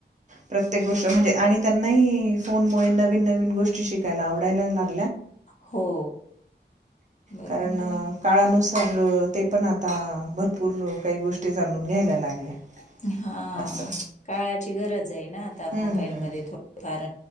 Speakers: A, on the right (about 40°); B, on the left (about 40°).
A: प्रत्येक गोष्ट म्हणजे आणि त्यांनाही फोनमुळे नवीन नवीन गोष्टी शिकायला आवडायला लाग
B: हो. बरोबर
A: कारण
B: आहे.
A: काळानुसा तर ते पण आता भरपूर काही गोष्टी जाणून घ्यायला लागल्या.
B: हा
A: असं
B: काळाची गरज आहे ना आता मोबाईलमध्ये
A: हम्म.
B: थोड फार